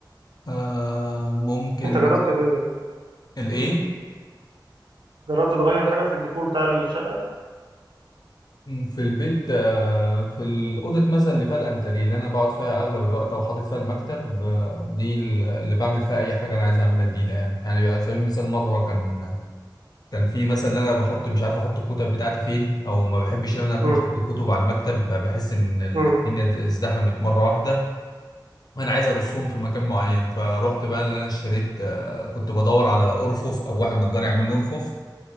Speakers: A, on the left; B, on the right.
A: آه ممكن
B: انت جربت ت-
A: الايه
B: جربت تغير حاجه في الديكور بتاع الشقه
A: في البيت آه، في الأوضة مثلا اللي فيها الأنتريه اللي أنا بقعد فيها أغلب الوقت أو حاطط فيها المكتب آه، دي اللي بعمل فيها أي حاجة أنا عايز أعملها جديدة يعني يعني على سبيل المثال مرة كان كان في مثلا إن أنا بحط مش عارف أحط الكتب بتاعتي فين أو ما بحبش إن أنا أكون
B: امم
A: حاطط الكتب على المكتب بحس إن الدنيا
B: امم
A: ازدحمت مرة واحدة وأنا عايز أرصهم في مكان معين فروحت بقى اللي أنا اشتريت آه، كنت بدور على أرفف أو واحد نجار يعمل لي أرفف